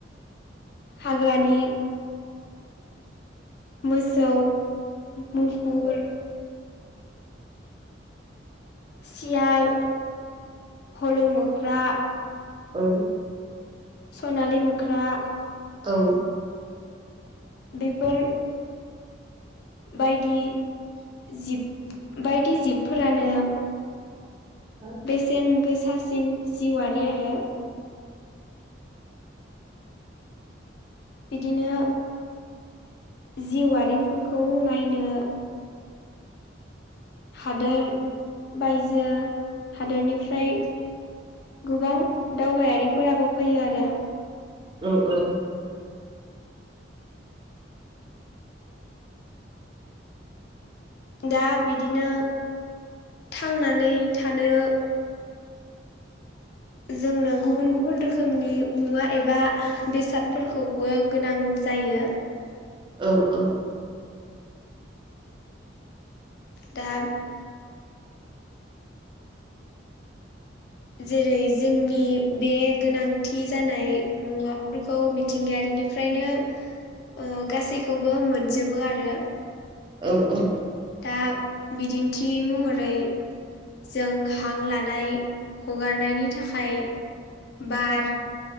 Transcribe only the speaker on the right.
औ
औ
हो
औ औ
औ औ
औ औ